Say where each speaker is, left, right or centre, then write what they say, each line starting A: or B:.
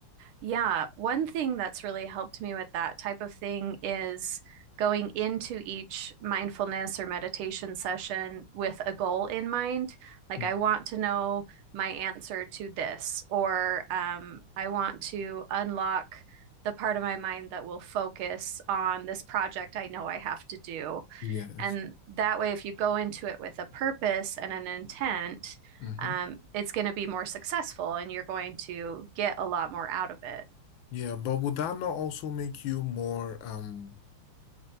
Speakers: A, on the right (about 75°); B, on the left (about 70°).
A: Yeah, one thing that's really helped me with that type of thing is going into each mindfulness or meditation session with a goal in mind. Like,
B: Mm.
A: I want to know my answer to this, or um, I want to unlock the part of my mind that will focus on this project I know I have to do.
B: Yes.
A: And that way, if you go into it with a purpose and an intent,
B: hmm
A: um, it's going to be more successful and you're going to get a lot more out of it.
B: Yeah, but would that not also make you more um